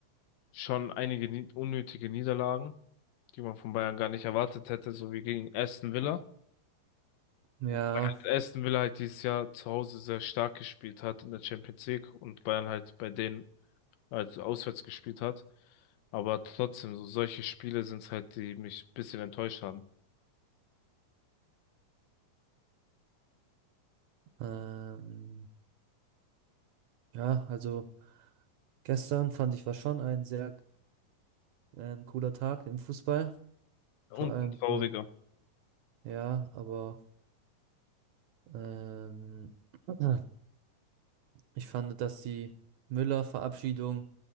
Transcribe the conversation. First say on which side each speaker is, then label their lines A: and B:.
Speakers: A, on the left; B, on the right.
A: schon einige nie unnötige Niederlagen, die man von Bayern gar nicht erwartet hätte, so wie gegen Aston Villa.
B: Ja,
A: Weil Aston Villa halt dieses Jahr zu Hause sehr stark gespielt hat in der Champions League und Bayern halt bei denen halt auswärts gespielt hat. Aber trotzdem, so solche Spiele sind's halt, die mich ein bisschen enttäuscht haben.
B: ähm, ja, also gestern fand ich war schon ein sehr ähm, cooler Tag im Fußball.
A: Und
B: Vor allem
A: ein trauriger.
B: so, ja, aber ähm, <clears throat> Ich fand, dass die Müller-Verabschiedung